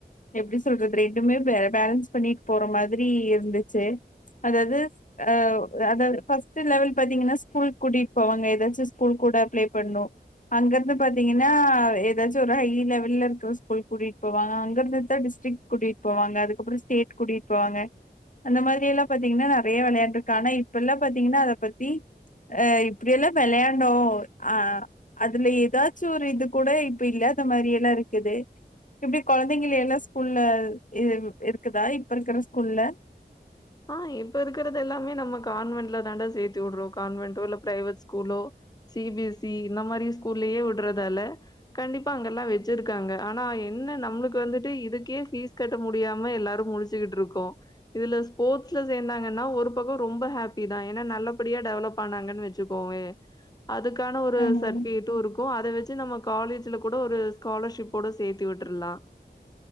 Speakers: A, on the left (about 45°); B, on the left (about 20°).
A: எப்டிஸ் தொல்று ரெண்டுமே பே பேலன்ஸ் பண்ணிட் போற மாதிரி இருந்துச்சே அதாவ்து அவ் அதவ் ஃபஸ்ட்டு லெவல் பாத்தீங்கன்னா ஸ்கூல் கூட்டிட் போவாங்க ஏதாச்சு ஸ்கூல் கூட ப்ளே பண்ணு அங்கர்ந்து பாத்தீங்கின்னா ஏதாச்சு ஒரு ஹை லெவல்ல இருக்ற ஸ்கூல் கூட்டீட் போவாங்க அங்கர்ந்துதா டிஸ்ட்ரிக் கூட்டிட் போவங்க அதுக்கப்று ஸ்டேட் கூட்டிட் போவாங்க அந்த மாரி எல்லா பாத்தீங்கன்னா நறேய விளையாட்டுக்கான இப்பல்லா பாத்தீங்கின்னா அத பத்தி அ இப்டியெல்லா விளையாண்ணோ அ அதுல ஏதாச்சு ஒரு இது கூட இப் இல்லாத மாரி எல்லா இருக்குது இப்டி கொழந்தைங்கள் எல்லா ஸ்கூல்லவ் இவ் இருக்குதா இப் இருக்குற ஸ்கூல்ல
B: ஆ இப்ப இருக்குறது எல்லாமே நம்ம கான்வென்ல தாண்டா சேத்தி விட்றோ கான்வென்ட்டோ இல்ல ப்ரைவேட் ஸ்கூலோ சி பி எஸ் இ இந்த மாரி ஸ்கூல்லயே விட்றதால்ல கண்டிப்பா அங்கல்லா வெச்சிருக்காங்க ஆனா என்ன நம்ளுக் வந்துட்டு இதுக்கே ஃபீஸ் கெட்ட முடியாம எல்லாரு முழிச்சிக்கிட்ருக்கோ இதுலஸ் போட்ஸ்ல சேந்தாங்கன்னா ஒர் பக்கோ ரொம்ப ஹாப்பி தா ஏன்னா நல்லப்படியா டெவலப் ஆனாங்கன் வெச்சுக்கோவே அதுக்கான ஒரு
A: ஆமாங்க
B: சர்டீபிகேட்டும் இருக்கும் இப்போ அதை வச்சு நம்ம காலேஜ்ல கூட ஒரு ஸ்காலர்ஷிப்போட சேர்த்து விட்டுருலாம்